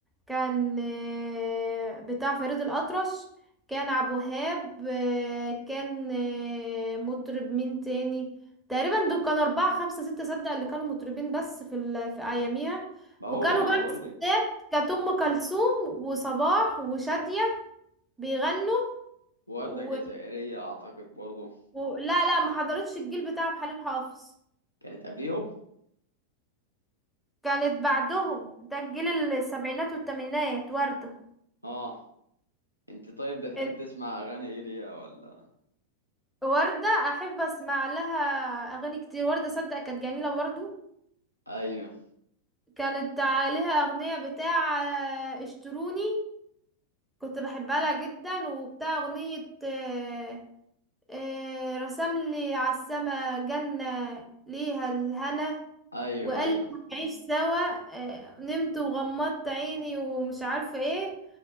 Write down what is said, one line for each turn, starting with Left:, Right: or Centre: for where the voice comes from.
Centre: كان آه، بتاع فريد الأطرش كان عبد الوهاب آه، كان آه، مطرب مين تاني تقريبا دول كانوا أربعة خمسة ستة صدق اللي كانوا مطربين بس في ال... في أياميها
Left: ما
Centre: وكانوا
Left: هو ما
Centre: بقى
Left: بقولك
Centre: من الستات كانت أم كلثوم وصباح وشادية بيغنوا
Left: وردة
Centre: و...
Left: الجزائرية أعتقد برضه
Centre: و... لا لا ما حضرتش الجيل بتاع عبد الحليم حافظ
Left: كانت قبليهم
Centre: كانت بعدهم ده الجيل السبعينات والثمانينات وردة
Left: آه أنت طيب بتحب
Centre: إن-
Left: تسمع أغاني إيه ليها ولا
Centre: وردة أحب أسمع لها أغاني كتير وردة صدق كانت جميلة برضو
Left: أيوه
Centre: كانت عليها أغنية بتاع آه، اشتروني كنت بحبها لها جدا وبتاع أغنية آه، آه، رسم لي على السما جنة ليها الهنا
Left: أيوه
Centre: وقال
Left: أيوه
Centre: لي هنعيش سوا آه، نمت وغمضت عيني ومش عارفة ايه